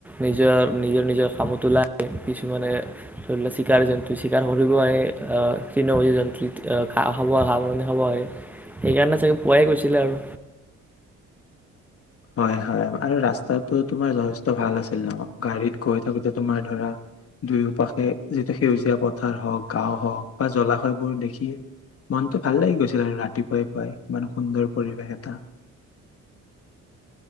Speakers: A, in the centre; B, on the left.
A: নিজৰ নিজৰ নিজৰ কামত ওলায় কিছুমানে ধৰি ল চিকাৰী জন্তু চিকাৰ কৰিব আহাৰে তৃণমূজ জন্তু খাব সি খাব আহে সেইকাৰণে চাগে পোৱাই গৈছিলে আৰু
B: হয় হয় আৰু ৰাস্তাটো তোমাৰ যথেষ্ট ভাল আছিল ন গাড়ীত গৈ থাকোতে তোমাৰ ধৰা দুয়ো পাশে যিটো সেউজীয়া পথাৰ হওঁক গাও হওক বা জলাশয়বোৰ দেখি মনটো ভাল লাগি গৈছিল আৰু ৰাতিপুৱাই পুৱাই ইমান সুন্দৰ পৰিবেশ এটা